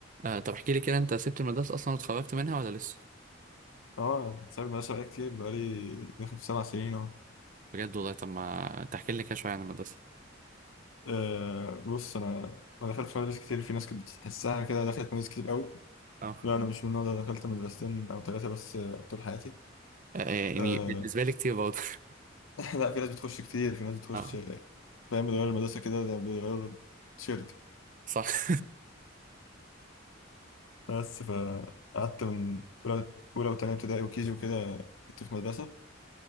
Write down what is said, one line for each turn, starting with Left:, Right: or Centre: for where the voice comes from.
Right: آه طب احكي لي كده انت سبت المدرسة اصلا واتخرجت منها ولا لسه
Left: اه سايب المدرسة بقالي كتير بقالي داخل في سبع سنين اهو
Right: بجد والله طب ما تحكي لي كده شوية عن المدرسة
Left: آه، بص انا ما دخلتش مدارس كتير في ناس كنت بتحسها كده دخلت مدارس كتير قوي
Right: اه
Left: لا انا مش من النوع ده دخلت مدرستين او ثلاثة بس آه، طول حياتي
Right: آه يعني
Left: آه،
Right: بالنسبة لي كتير برضه <laughs>
Left: <laughs> لا في ناس بتخش كتير في ناس بتخش
Right: اه
Left: آه، فاهم بيغيروا المدرسة كده ده بيغيروا التيشيرت
Right: صح <laughs>
Left: بس فقعدت من أولى أولى وتانية ابتدائي وكيجي وكده كنت في مدرسة